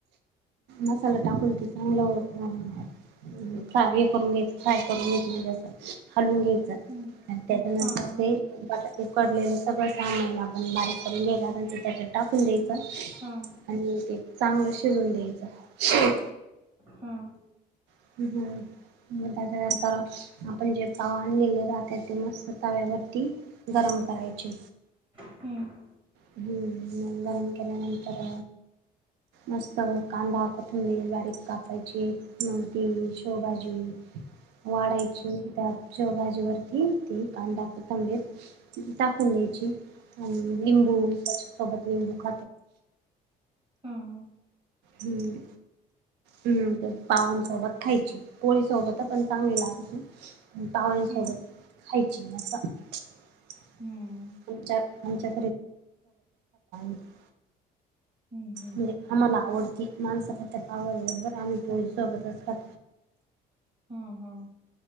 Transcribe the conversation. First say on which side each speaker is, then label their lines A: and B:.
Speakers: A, on the right (about 85°); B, on the right (about 30°).
A: मसाला टाकन ते चांगल <unintelligible> फ्राय करून घ्यायचं म्हणजे असं हालून घ्यायचं
B: हम्म
A: आणि त्याच्यानंतर
B: हा हा
A: ते बटाटे उकडलेलं सगळं <unintelligible> पण बारीक करून घ्याला ते त्याच्यात टाकून द्यायच.
B: हा
A: आणि ते चांगलं शिजवून द्यायच.
B: हम.
A: <unintelligible> <unintelligible> गरम करायची.
B: हम्म.
A: हम्म. गरम केल्यानंतर मस्त कांदा, कोथिंबिर बारीक कापायची. ती शोवभाजी वाढायची त्यात शेव भाजी वरती ते कांदा, कोथिंबिर टाकून द्यायची आणि
B: हम्म
A: लिंबू त्याच्या सोबत लिंबू <unintelligible>
B: हा हा.
A: हम्म हम्. पावांसोबत खायची पोळी सोबत पण चांगली लागते. वळीसोबत
B: हम्म हम्म
A: खायची अस आच्या
B: हम्म
A: आमच्या <unintelligible>
B: हम् हम.
A: म्हणजे आम्हाला आवडती माणस त्या पा बरोबर आम्ही पण सोबतच
B: हम्म हम्म.